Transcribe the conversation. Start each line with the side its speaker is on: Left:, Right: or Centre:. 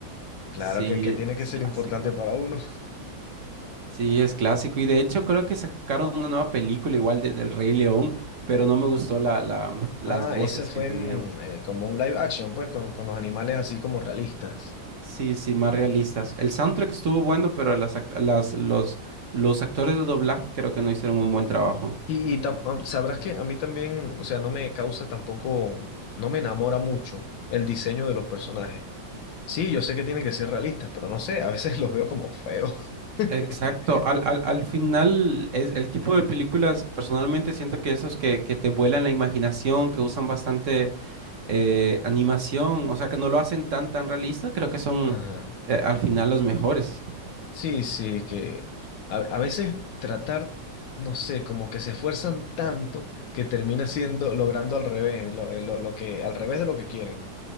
Left: claro
Right: Sí,
Left: que, que tiene
Right: es
Left: que ser
Right: clásico.
Left: importante para uno.
Right: Sí, es clásico. Y de hecho creo que sacaron una nueva película igual de, del Rey León, pero no me gustó la, la, mm, las
Left: Ah,
Right: voces
Left: ese fue
Right: que tenían.
Left: mm, eh, como un live action, pues, con, con los animales así como realistas.
Right: Sí, sí, más realistas. El soundtrack estuvo bueno, pero las, act- las, los, los actores de doblaje creo que no hicieron un buen trabajo.
Left: Y, y tam- am- sabrás que a mí también, o sea, no me causa tampoco, no me enamora mucho el diseño de los personajes. Sí, yo sé que tienen que ser realistas, pero no sé, a veces <laughs> los veo como feos. <laughs>
Right: Exacto, al, al, al final es el tipo de películas, personalmente siento que esos que, que te vuelan la imaginación, que usan bastante eh, animación, o sea, que no lo hacen tan tan realista, creo que son
Left: Ajá.
Right: eh, al final los mejores.
Left: Sí, sí, que a, a veces tratar, no sé, como que se esfuerzan tanto que termina siendo, logrando al revés, lo, eh, lo- lo que, al revés de lo que quieren.